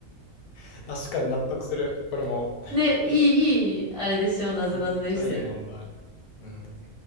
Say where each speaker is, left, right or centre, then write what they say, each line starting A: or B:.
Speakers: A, on the left; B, in the centre.
A: <laughs> 確かに納得する。これも。
B: ね、いい、いい、あれでしょう、なぞなぞでしたよね。
A: めっちゃいい問題。うん。